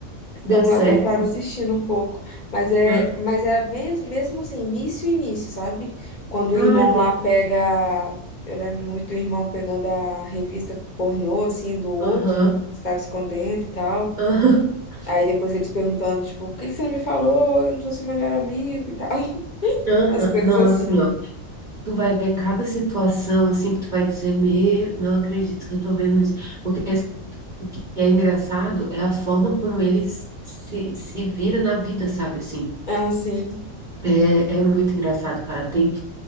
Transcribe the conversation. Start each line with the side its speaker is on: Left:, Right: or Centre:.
Left: Ficamos
Right: deu certo.
Left: lá deitados assistindo um pouco. Mas é,
Right: Ah,
Left: mas era mesmo, mesmo assim, início início, sabe? Quando
Right: ah,
Left: o irmão
Right: é bem-
Left: lá pega. Eu lembro muito do irmão pegando a revista pornô, assim, do outro,
Right: Aham,
Left: estava escondendo e tal.
Right: aham,
Left: Aí depois eles perguntando, tipo, por que que você não me falou? Eu não sou seu melhor amigo e tal. <laughs>
Right: <laughs> aham.
Left: As coisas
Right: Não,
Left: assim.
Right: assim, ó. Tu vai ver cada situação assim que tu vai dizer, meu, não acredito que eu tô vendo isso. Porque assim, é engraçado, é a forma como eles se, se vira na vida, sabe assim?
Left: Assim.
Right: É, é muito engraçado, cara. Tem,